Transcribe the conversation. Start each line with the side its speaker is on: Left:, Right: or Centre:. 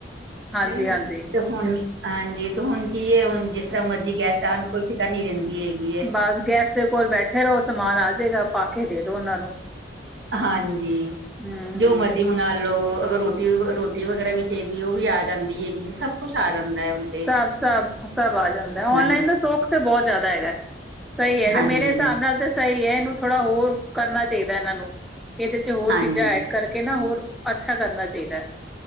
Centre: ਹਾਂਜੀ
Right: ਹੈਨਾ
Centre: ਹਾਂਜੀ
Right: ਤੇ ਹੁਣ ਹਾਂਜੀ ਤੇ ਹੁਣ ਕੀ ਹੈ ਹੁਣ ਜਿਸ ਤਰ੍ਹਾਂ ਮਰਜ਼ੀ ਗੈਸਟ ਆਉਣ ਕੋਈ ਫ਼ਿਕਰ ਨਹੀਂ ਰਹਿੰਦੀ ਹੈਗੀ ਹੈ
Centre: ਬਸ ਗੈਸਟ ਦੇ ਕੋਲ ਬੈਠੇ ਰਹੋ ਸਮਾਨ ਆਜੇਗਾ ਪਾ ਕੇ ਦੇ ਦੋ ਉਹਨਾਂ ਨੂੰ
Right: ਹਾਂਜੀ
Centre: ਹਮ ਹਮ
Right: ਜੋ ਮਰਜੀ ਮੰਗ ਨਾਲ ਲਓ ਅਗਰ ਰੋਟੀ ਰੋਟੀ ਵਗੈਰਾ ਵੀ ਚਾਹੀਦੀ ਉਹ ਵੀ ਆ ਜਾਂਦੀ ਹੈਗੀ ਹੈ, ਸਭ ਕੁਛ ਆ ਜਾਂਦਾ ਹੈ ਤੇ
Centre: ਸਭ ਸਭ ਸਭ ਆ ਜਾਂਦਾ ਔਨਲਾਈਨ
Right: ਹਾਂ
Centre: ਦਾ ਸੋਖ ਤਾਂ ਬਹੁਤ ਜ਼ਿਆਦਾ ਹੈਗਾ, ਸਹੀ ਹੈਗਾ
Right: ਹਾਂਜੀ
Centre: ਮੇਰੇ ਹਿਸਾਬ ਨਾਲ ਤਾਂ ਸਹੀ ਹੈ ਇਹਨੂੰ ਥੋੜ੍ਹਾ ਹੋਰ ਕਰਨਾ ਚਾਹੀਦਾ ਇਹਨਾਂ ਨੂੰ, ਇਹਦੇ ਚ ਹੋਰ
Right: ਹਾਂਜੀ
Centre: ਚੀਜ਼ਾਂ ਐਡ ਕਰਕੇ ਨਾ ਹੋਰ ਅੱਛਾ ਕਰਨਾ ਚਾਹੀਦਾ ਹੈ